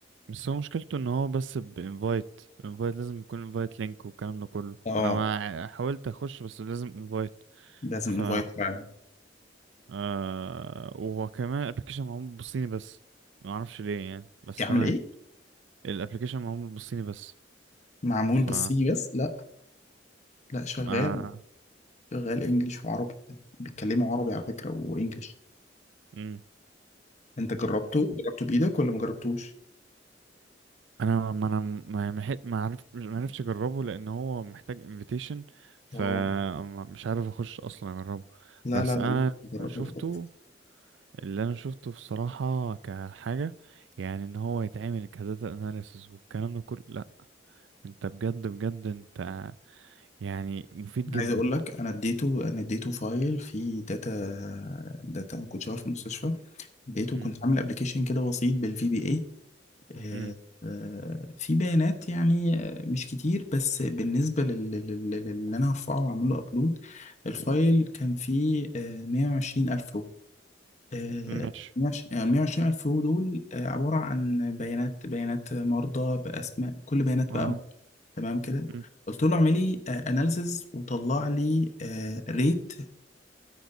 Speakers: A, on the right; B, on the left.
A: بس هو مشكلته ان هو بس بانفايت انفايت لازم يكون انفايت لينك والكلام ده كله
B: اه
A: انا ما حاولت اخش بس لازم انفايت
B: لازم
A: ف
B: انفايت فعلا
A: آه... وكمان الابلكيشن معمول بالصيني بس ما اعرفش ليه يعني بس
B: يعمل
A: تمام
B: ايه
A: الابلكيشن معمول بالصيني بس
B: معمول
A: ف
B: بالصيني بس لا لا شغال
A: ما
B: شغال انجليش وعربي بيتكلموا عربي على فكرة وانجليش
A: مم.
B: انت جربته جربته بايدك ولا ما جربتوش
A: انا ما انا ما ما حت- ما عرفت ما عرفتش اجربه لان هو محتاج انفيتيشن فمش
B: اه
A: عارف اخش اصلا اجربه
B: لا
A: بس
B: لا لا
A: انا
B: لا جربه
A: أنا شفته
B: ده تحفة.
A: اللي انا شفته بصراحة كحاجة يعني ان هو يتعمل كداتا اناليسز والكلام ده كله لا انت بجد بجد انت يعني مفيد جدا
B: عايز اقول لك انا اديته انا اديته فايل فيه داتا داتا ما كنتش عارف في المستشفى اديته
A: امم
B: كنت عامل ابلكيشن كده بسيط بالفي بي اي آه،
A: امم
B: آه، في بيانات يعني آه، مش كتير بس بالنسبة لل- لل- لل- للي أنا هرفعه وأعمله أبلود الفايل كان فيه آه، مية وعشرين ألف رو آه،
A: ماشي
B: مية وعشرين يعني مية وعشرين ألف رو دول آه، عبارة عن بيانات بيانات مرضى بأسماء كل بيانات
A: اه
B: بقى تمام كده
A: مم.
B: قلت له اعمل لي اناليسز وطلع لي ريت